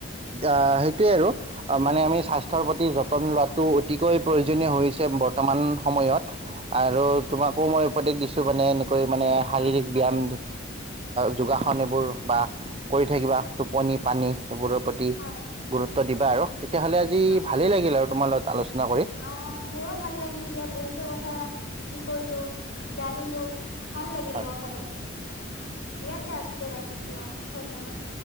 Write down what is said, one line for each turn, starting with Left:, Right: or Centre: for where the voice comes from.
Right: আ, সেইটোৱে আৰু মানে আমি স্বাস্থ্যৰ প্ৰতি যত্ন যত্ন লোৱাটো অতিকৈ প্ৰয়োজনীয় হৈছে বৰ্তমান সময়ত আৰু
Left: হয়,
Right: তোমাকো মই উপদেশ দিছোঁ মানে এনেকৈ মানে শাৰীৰিক
Left: হয়,
Right: ব্যাম যোগাসন এইবোৰ বা কৰি থাকিবা, টোপনি পানী সেইবোৰৰ প্ৰতি
Left: হয়,
Right: গুৰুত্ব দিবা আৰু। তেতিয়াহ'লে আজি
Left: হয়,
Right: ভালেই
Left: হয়।
Right: লাগিল আৰু তোমাৰ লগত আলোচনা কৰি।
Left: অ' মোৰো ভাল লাগিল দিয়া, বহুতে কথা কি কৰিলো জানিলোঁ, ভাল লাগিল
Right: হয়
Left: কথা পাতি। দিয়া তে আজিলৈ ৰাখিছোঁ অ' ধন্যবাদ।